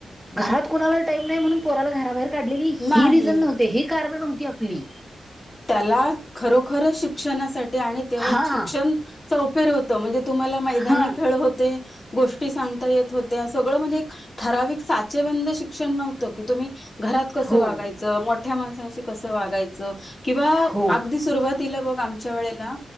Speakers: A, in the centre; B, on the left.
A: घरात कोुणाला टाईम नाही म्हणून पोराला घराबाहेर काढलेली ही
B: नाही
A: रिझन नव्हते हे कारण नव्हतती ती आपली
B: त्याला खरोखर शिक्षणासाठी आणि तेव्हा
A: हा
B: शिक्षण चौपेर होतं म्हणजे. तुम्हाला मैदानी
A: हा
B: खेळ होते. गोष्टी सांगता येत होत्या सगळं म्हणजे एक ठराविक साचेबंद शिक्षण नव्हतं की तुम्ही. घरात कसं
A: हो
B: वागायचं मोठ्या माणसांशी कसं वागायचं किंवा
A: हो
B: अगदी सुरुवात तिला बघ आमच्या वेळेला